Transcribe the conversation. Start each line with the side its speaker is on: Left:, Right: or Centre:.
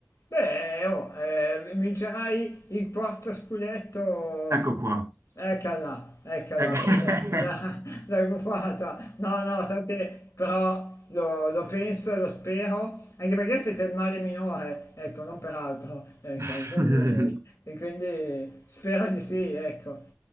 Left: Beh, oh, eh, vincerai il quarto scudetto.
Right: Ecco qua.
Left: Eccola, eccola,
Right: Eh.
Left: subito. La, <laughs> l'hai buffata. No, no, sai che però lo, lo penso, lo spero, anche perché siete il male minore, ecco, non per altro. Ecco,
Right: <laughs>
Left: quindi, e quindi spero di sì, ecco.